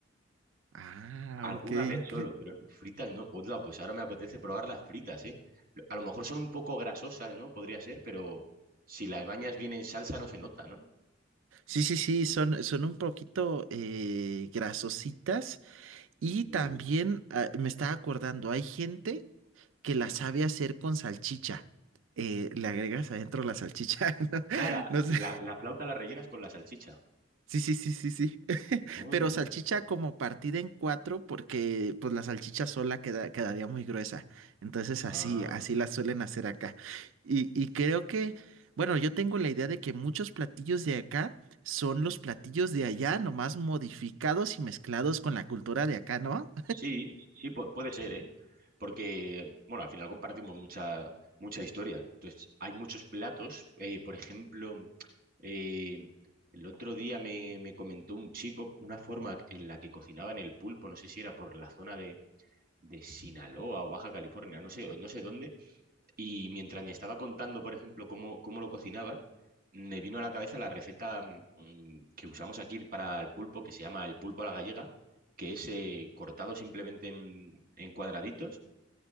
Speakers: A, on the right; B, on the right.
A: Ah,
B: Alguna
A: ok,
B: vez
A: ok.
B: solo, pero fritas no. Hola, pues ahora me apetece probar las fritas, ¿eh? A lo mejor son un poco grasosas, ¿no? Podría ser, pero si las bañas bien en salsa no se nota, ¿no?
A: Sí, sí, sí, son, son un poquito eh, grasositas. Y
B: Uy,
A: también ah, me estaba acordando, hay gente que
B: sí.
A: las sabe hacer con salchicha. Eh, le agregas adentro la salchicha, <laughs> ¿no?
B: Ah, la,
A: No
B: la-
A: sé,
B: la flauta la rellenas con la salchicha.
A: Sí, sí, sí, sí, sí. <laughs>
B: Onda.
A: Pero salchicha como partida en cuatro, porque pues la salchicha sola queda, quedaría muy gruesa. Entonces así,
B: Ah.
A: así la suelen hacer acá. Y, y creo que, bueno, yo tengo la idea de que muchos platillos de acá son los platillos de allá, nomás modificados y mezclados con la cultura de acá, ¿no?
B: Sí, sí, pu- puede ser, ¿eh? Porque, bueno, al final compartimos mucha, mucha historia. Entonces, hay muchos platos. eh, por ejemplo, eh, el otro día me, me comentó un chico una forma en la que cocinaban el pulpo, no sé si era por la zona de, de Sinaloa o Baja California, no sé, no sé dónde, y mientras me estaba contando, por ejemplo, cómo, cómo lo cocinaban, me vino a la cabeza la receta mm, que usamos aquí para el pulpo, que se llama el pulpo a la gallega, que es eh, cortado simplemente en, en cuadraditos